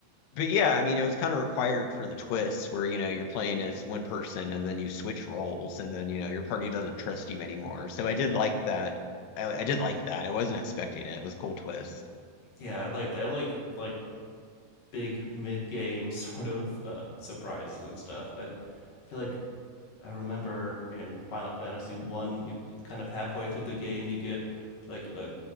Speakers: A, on the left; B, on the left.
A: but yeah, I mean it was kind of required for the twist where you know you're playing as one person and then you switch roles and then you know your party doesn't trust you anymore. So I did like that. I, I did like that. I wasn't expecting it. It was a cool twist.
B: Yeah, I like I like like big mid game <laughs> sort of uh, surprises and stuff. I I feel like I remember in Final Fantasy One, you kind of halfway through the game, you get like a,